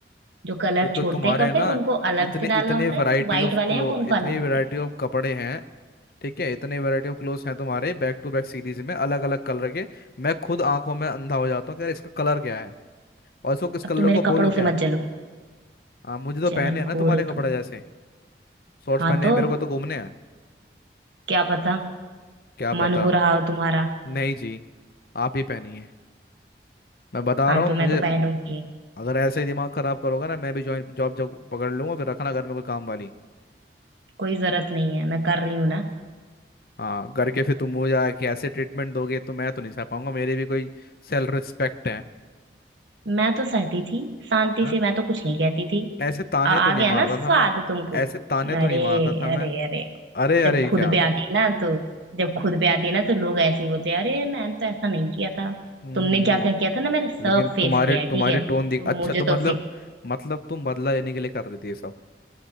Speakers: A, on the right; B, on the left.
A: जो कलर
B: एक तो
A: छोड़ते
B: तुम्हारे
A: हैं कपड़े
B: ना
A: उनको अलग
B: इतने
A: से डालना
B: इतने
A: होता
B: वैरायटी
A: है जो वाइट
B: ऑफ
A: वाले
B: क्लो
A: हैं वो उनको
B: इतने
A: अलग
B: वैरायटी
A: से
B: ऑफ कपड़े हैं ठीक है इतने वैरायटी ऑफ क्लोथ्स हैं तुम्हारे बैक टू बैक सीरीज में अलग अलग कलर के मैं खुद आंखों में अंधा हो जाता हूँ कि यार इसका कलर क्या है और इसको किस
A: अब
B: कलर
A: तुम मेरे
B: को
A: कपड़ों
B: बोलूँ
A: से
B: क्या
A: मत जलो
B: हाँ मुझे तो
A: जलनखोर
B: पहने हैं ना तुम्हारे
A: हो
B: कपड़े
A: तुम
B: जैसे शॉर्ट्स
A: हाँ
B: पहने
A: तो
B: हैं मेरे को तो घूमने हैं
A: क्या पता
B: क्या
A: मन
B: पता
A: हो रहा हो तुम्हारा
B: नहीं जी आप ही पहनिए मैं बता
A: हाँ
B: रहा हूँ
A: तो
B: मुझे
A: मैं तो पहनूंगी
B: अगर ऐसे ही दिमाग खराब करोगा ना मैं भी जॉइंट जॉब जब पकड़ लूंगा फिर रखना घर में कोई काम वाली
A: कोई जरूरत नहीं है मैं कर रही हूँ ना
B: हाँ करके फिर तुम मुझे आके ऐसे ट्रीटमेंट दोगे तो मैं तो नहीं सह पाऊंगा मेरी भी कोई सेल्फ रिस्पेक्ट है
A: मैं तो सहती थी शांति
B: हाँ
A: से मैं तो कुछ नहीं कहती थी
B: ऐसे ताने
A: आ, आ
B: तो नहीं
A: गया
B: मारता
A: ना स्वाद
B: था मैं
A: तुमको
B: ऐसे ताने तो
A: अरे
B: नहीं मारता था
A: अरे
B: मैं
A: अरे
B: अरे अरे
A: जब खुद
B: क्या
A: पे आती ना तो जब
B: हम्म
A: खुद पे आती ना तो लोग ऐसे ही बोलते हैं, अरे मैंने तो ऐसा नहीं किया था
B: हम्म
A: तुमने
B: हम्म।
A: क्या क्या किया था ना मैंने सब
B: लेकिन
A: फेस
B: तुम्हारे
A: किया
B: तुम्हारे
A: है ठीक है
B: टोन
A: तो
B: दिख अच्छा
A: मुझे
B: तो
A: तो
B: मतलब
A: उसे
B: मतलब तुम बदला लेने के लिए कर रही थी ये सब